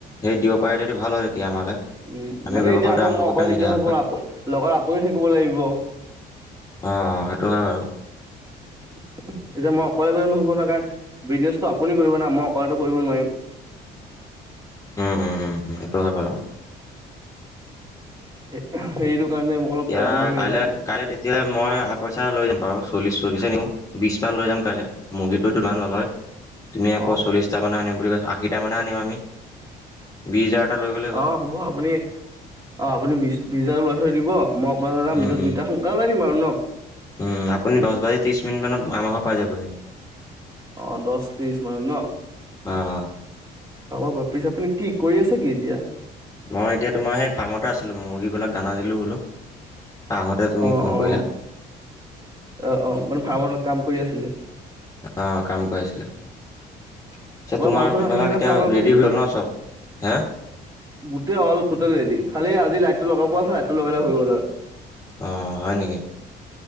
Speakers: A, on the left (about 20°); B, on the right (about 20°).
A: হেৰিত দিব। পাৰিলেতো ভাল হয়। তেতিয়া আমালে
B: উম'
A: আমি
B: মানে
A: ব্যৱসায়টো
B: এতিয়া আকৌ
A: আৰম্ভ
B: মই
A: কৰিব
B: অকলে
A: পাৰিম
B: দিগদাৰ
A: তেতিয়া ভালকৈ
B: হ'ব ন, লগত আপুনি থাকিব লাগিব।
A: অহ' সেইটো হয় বাৰু।
B: <unintelligible> এতিয়া মই অকলে কৰিলে নহ'ব নহয় কাৰণ বিজনেচটো আপুনি কৰিব না, মই অকলেতো কৰিব নোৱাৰিম। <unintelligible>
A: উম, উম, উম' সেইটো হয় বাৰু।
B: সে-সেইটো কাৰণে। অলপ
A: এতিয়া
B: প্ৰব্লেম হৈ
A: কাইলে,
B: আছে মোৰ
A: কাইলে তেতিয়া মই অধা পইচা লৈ যাম বাৰু, চল্লিশ চল্লিশ নিনিওঁ বিশ মান লৈ যাম। পাইলে মুৰ্গীটোত ইমান নলয়। তুমি আকৌ
B: অ
A: চলিটা মানে আনিম বুলি কৈছা, আশীটা মান হে আনিম আমি। বিছ হাজাৰ এটা লৈ গ'লেই হ'ল
B: অহ' হ'ব আপুনি অহ, আপুনি বিশ বিশ হাজাৰ ল থৈ দিব মই আপোনালে যাম
A: উম
B: যে
A: উম
B: দুইটা সোনকাল ওলাই দিম আৰু ন।
A: উম' আপুনি দহ বাজি ত্ৰিশ মিনিট মানত আমাহৰ ঘৰৰ পাই যাবহি।
B: অহ' দহ ত্ৰিশ মানত ন।
A: অঁ অঁ
B: হ'ব বাৰু পিছ, আপুনি কি কৰি আছে কি এতিয়া।
A: মই এতিয়া তোমাৰ সেই ফাৰ্মতে আছিলো মুৰ্গীবিলাক দানা দিলো বোলো। আহোঁতে তুমি
B: অহ',
A: ফোন
B: অহ'।
A: কৰিলা
B: অহ', অহ' মানে ফাৰ্মৰ কাম কৰি আছিলে।
A: অহ' কাম কৰি আছিলো। পিছে
B: আপোনাৰ
A: তোমাৰ
B: মানুহ চানুহ
A: পাবালা
B: ৰাখিছেনে
A: এতিয়া
B: ফাৰ্মত আপুনি
A: ৰেডি হৈ গ'ল ন চব। হে
B: গোটেই অল টোটেল ৰেদি। খালি আজি লাইটটো লগাব পৰা আছে, লাইটটো লগালে হৈ গ'ল আৰু।
A: অহ' হয় নেকি?